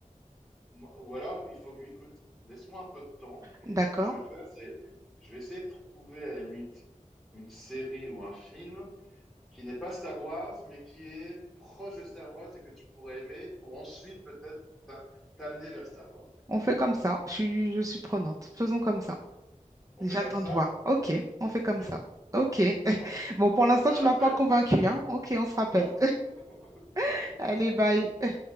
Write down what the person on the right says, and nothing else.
D'accord.
On fait comme ça. Je suis, je suis prenante. Faisons comme ça.
J'attends
de voir. OK, on fait
comme ça. OK. <laughs>
Bon, pour l'instant,
tu
m'as pas convaincue, hein? OK, on se rappelle.
<laughs> Allez, bye.